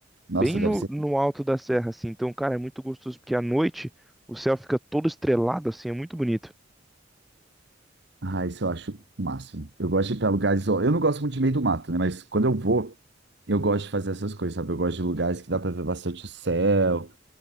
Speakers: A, on the right; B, in the centre.
A: nossa,
B: bem
A: deve
B: no,
A: ser.
B: no alto da serra, assim. Então, cara, é muito gostoso porque à noite o céu fica todo estrelado, assim, é muito bonito.
A: Ah, isso eu acho o máximo. Eu gosto de ir para lugares. ó, Eu não gosto muito de meio do mato, né? Mas quando eu vou, eu gosto de fazer essas coisas, sabe? Eu gosto de lugares que dá para ver bastante o céu.